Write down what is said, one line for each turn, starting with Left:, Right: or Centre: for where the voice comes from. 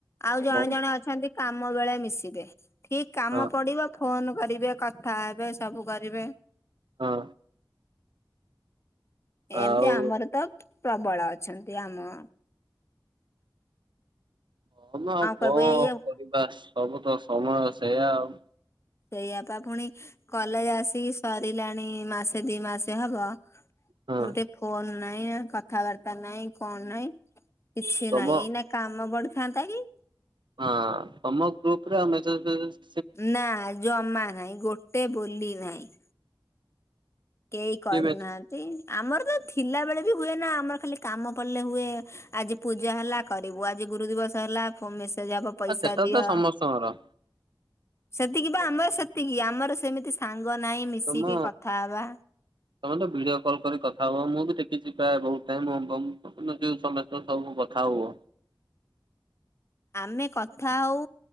Left: ଆଉ ଜଣେ
Right: ମନ
Left: ଜଣେ ଅ ଛନ୍ତି କାମ ବେଳେ ମିଶିବେ ଠିକ କାମ
Right: ହଁ
Left: ପଡିବ ଫୋନ କରିବେ କଥା ହେବେ ସବୁ କରିବେ।
Right: ହଁ। ଆଉ
Left: ଏମିତି ଆମର ତ ପ୍ରବଳ ଅଛନ୍ତି ଆମ।
Right: ହଁ ନାଉ କଣ
Left: କହିବୁ ଏଇ ଆଉ
Right: କରିବା ସବୁ ତ ସମୟ ସେଇୟଆ ଆଉ।
Left: ସେଇଆପା ପୁଣି କଲେଜ ଆସିକି ସରିଲାଣି ମାସେ ଦି ମାସେ ହବ।
Right: ହଁ।
Left: ମୁତେ ଫୋନ ନାହିଁ କଥାବାର୍ତ୍ତା ନାହିଁ କଣ ନାହିଁ କିଛି
Right: ତମ
Left: ନାହିଁ ଏ। କାମ ବଡିିଥାଆନ୍ତା କି?
Right: ହଁ ତମ ଗ୍ରୁପ ରେ ଆମେ <unintelligible>
Left: ନା ଜମା ନାହିଁ ଗୋଟେ ବୋଲି ନାହିଁ। କେହି କରୁନାହାନ୍ତି
Right: କିଏ ମେସେ
Left: ଆମର ତ ଥିଲା ବେଳେ ବି ହୁଏ ନା ଆମର ଖାଲି। କାମ ପଡ଼ିଲେ ହୁଏ ଆଜି ପୂଜା ହେଲା କରିବୁ ଆଜି ଗୁରୁ ଦିବସ ହେଲା ମେସେଜ ହବ ପଇସା
Right: ଆ ସେଟ
Left: ଦିଅ
Right: ତ ସମସ୍ତଙ୍କର।
Left: ସେତିକି ବା ଆମର ସେତିକି ଆମର ସେମିତି ସାଙ୍ଗ ନାହିଁ ମିଶିକି
Right: ତମ
Left: କଥା ହବା।
Right: ତମେ ତ ଭିଡିଓ କଲ୍ କରି କଥା ହବ ମୁଁ ବି ଦେଖିଛି ପ୍ର ବହୁତ ଟ ଯୋଉ ସମ ତ ସବୁ କଥା ହବ।
Left: ଆମେ କଥା ହଉ